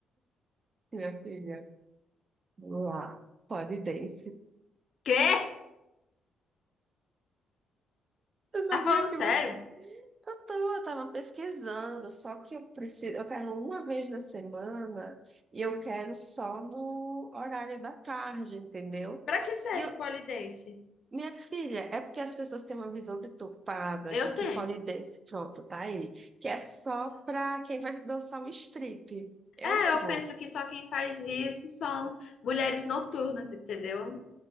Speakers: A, on the right; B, on the left.
A: minha filha. Lá, pole dance.
B: Quê?
A: Eu sabia
B: Tá falando sério?
A: que você. Eu tô, eu tava pesquisando, só que eu preciso, eu quero uma vez na semana e eu quero só no horário da tarde, entendeu?
B: Pra que serve
A: E eu,
B: o pole dance?
A: Minha filha, é porque as pessoas têm uma visão deturpada
B: Eu
A: de que
B: tenho.
A: pole dance, pronto, tá aí, que é só pra quem vai dançar um strip. Eu
B: É,
A: não
B: eu
A: vou.
B: penso que só quem faz isso são mulheres noturnas, entendeu?